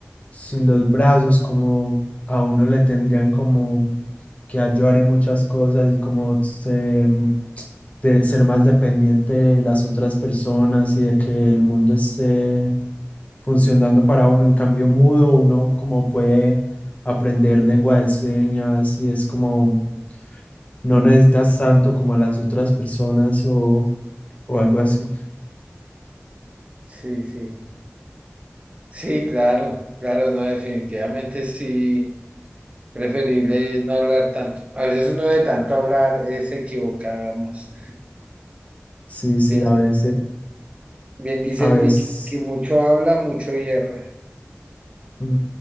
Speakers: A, on the left (about 30°); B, on the right (about 25°).
A: sin los brazos, como a uno le tendrían como que ayudar en muchas cosas y como ser, de- ser más dependiente de las otras personas y de que el mundo esté funcionando para uno. En cambio, mudo, uno como puede aprender lengua de señas y es como no necesitas tanto como a las otras personas o, o algo así.
B: Sí, sí. Sí, claro, claro, no, definitivamente sí. Preferible no hablar tanto. A veces uno de tanto hablar eh, se equivoca más.
A: Sí, sí,
B: Bien
A: a veces.
B: Bien dice
A: A
B: el
A: veces,
B: dicho, el que mucho habla, mucho hierra.
A: mm,